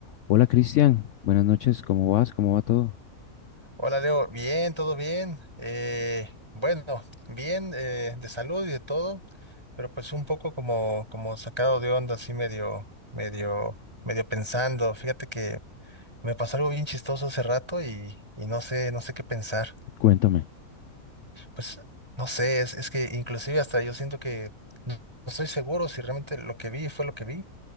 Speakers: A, on the left; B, on the right.
A: Hola Cristian, buenas noches, ¿cómo vas? ¿Cómo va todo?
B: Hola Leo, bien, todo bien. Eh, bueno, bien eh, de salud y de todo, pero pues un poco como, como sacado de onda, así medio, medio, medio pensando. Fíjate que me pasó algo bien chistoso hace rato y, y no sé, no sé qué pensar.
A: Cuéntame.
B: Pues no sé, es, es que inclusive hasta yo siento que no no estoy seguro si realmente lo que vi fue lo que vi.